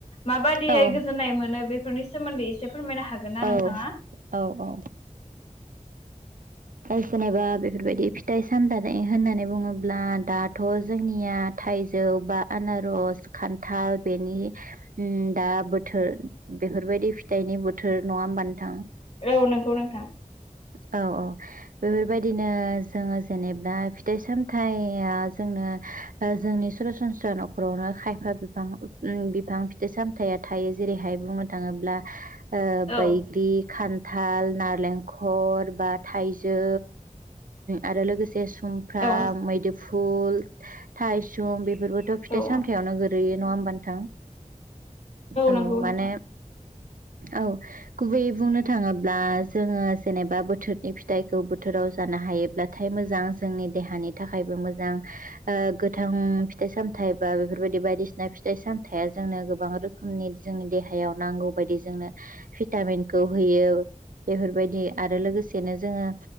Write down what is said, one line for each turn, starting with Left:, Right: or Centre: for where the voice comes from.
Left: माबायदियै
Right: औ
Left: गोजोननाय मोनो बेफोरनि सोमोन्दै एसे फोरमायनो हागोन ना
Right: औ
Left: नों
Right: औ औ। जेनेबा बेफोरबायदि फिथाइ सामथानाय होननानै बुङोब्ला दाथ जोंनिया थाइजौ बा आनारस खान्थाल बेनि उम दा बोथोर। बेफोरबायदि फिथाइनि बोथोर नङा होनबा नोंथां?
Left: औ नंगौ नोंथां।
Right: औ औ। बेफोरबायदिनो जोङो जेनेबा फिथाइ सामथाया जोंनो जोंनि सरासनस्रा नख'रावनो खायफा बिफां बिफां फिथाइ सामथायाइया थायो जेरैहाय बु नो थाङोब्ला ओ बैग्रि
Left: औ
Right: खान्थाल नारेंखर बा थाइजौ आरो ओम लोगोसे सुमफ्राम
Left: औ
Right: मैदु फुल थायसुम बेफोरबोथ फिथाइ
Left: औ
Right: सामथायावनो गोरैयो नङा होमबा नोंथां? औ
Left: नंगौ
Right: माने
Left: नोंथां
Right: औ गुबैयै बुंनो थाङोब्ला जोङो जेनेबा बोथोर नि फिथाइखौ बोथोराव जानो हायोब्लाथाय मोजां जोंनि देहानि थाखायबो मोजां ओ गोथां फिथाइ सामथाइ बा बेफोरबायदि बायदिसिना फिथाइ सामथाइया जोंनो गोबां रोखोमनि जोंनि देह देहायाव नांगौ बादि जोंनो भिटामिनखौ होयो बेफोरबायदि आरो लोगोसे जेनो जोङो